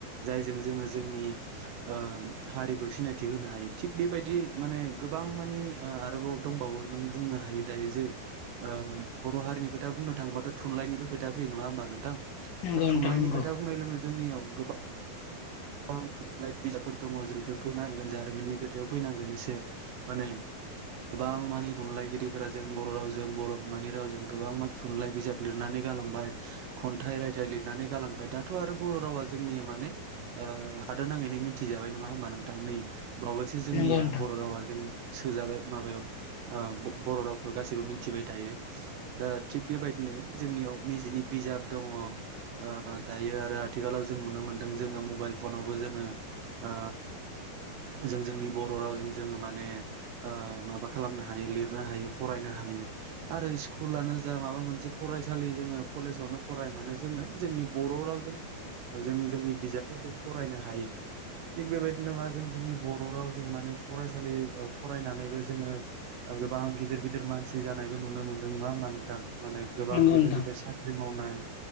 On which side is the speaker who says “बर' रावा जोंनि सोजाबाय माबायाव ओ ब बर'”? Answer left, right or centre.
Right